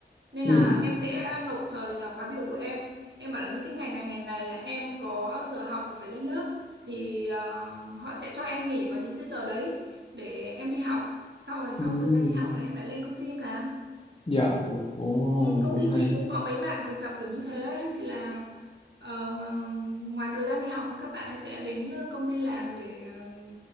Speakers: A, on the right; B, on the left.
A: Nên
B: ừ
A: là em sẽ nộp thời là khóa biểu của em. Em bảo là những cái ngày này ngày này là em có giờ học là phải lên lớp thì ờ, họ sẽ cho em nghỉ vào những cái giờ đấy để em đi học. Sau rồi sau
B: ừ
A: thời gian đi học là em lại lên công ty em làm.
B: dạ dạ ồ
A: Ừ, công
B: cũng
A: ty
B: hay
A: chị cũng có mấy bạn thực tập kiểu như thế ấy, thì là ờ, ngoài thời gian đi học thì các bạn ấy sẽ đến công ty làm để ờ,